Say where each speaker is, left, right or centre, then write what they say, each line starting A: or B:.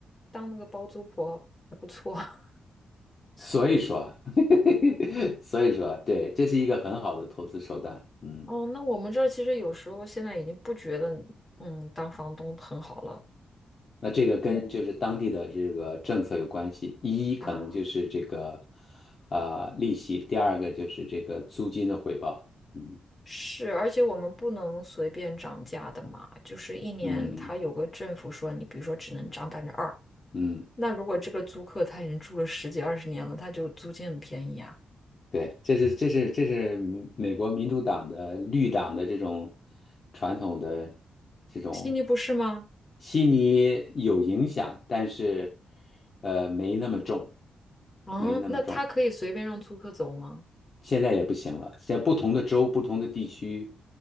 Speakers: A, on the left; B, on the left.
A: 当那个包租婆还不错。<laughs>
B: 所以说，<laughs> 所以说，对，这是一个很好的投资手段，嗯。
A: 哦，那我们这儿其实有时候现在已经不觉得嗯当房东很好了，
B: 那这个跟就是当地的这个政策有关系，
A: 因为
B: 一可能就是这个
A: 啊。
B: 啊、利息，第二个就是这个租金的回报。嗯
A: 是，而且我们不能随便涨价的嘛，就是一年它有个政府说你，
B: 嗯
A: 比如说只能涨百分之二，
B: 嗯，
A: 那如果这个租客他已经住了十几二十年了，他就租金很便宜啊，
B: 对，这是这是这是美国民主党的绿党的这种传统的这种
A: 悉尼不是吗？
B: 悉尼有影响，但是呃没那么重，
A: 嗯，
B: 没那么重。
A: 那他可以随便让租客走吗？
B: 现在也不行了。现在不同的州、不同的地区，